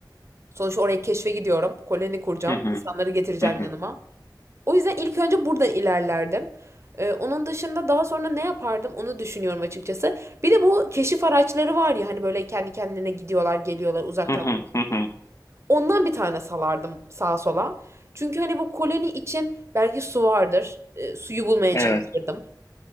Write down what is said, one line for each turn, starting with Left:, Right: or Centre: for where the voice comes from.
Right: Sonuçta oraya keşfe gidiyorum. Koloni kuracağım.
Left: Hı hı.
Right: insanları getireceğim
Left: Hı hı.
Right: yanıma. O yüzden ilk önce buradan ilerlerdim. E, onun dışında daha sonra ne yapardım onu düşünüyorum açıkçası. Bir de bu keşif araçları var ya hani böyle kendi kendine gidiyorlar geliyorlar uzaktan.
Left: Hı hı. Hı hı.
Right: Ondan bir tane salardım sağa sola. Çünkü hani bu koloni için belki su vardır. E, suyu bulmaya
Left: Evet.
Right: çalışırdım.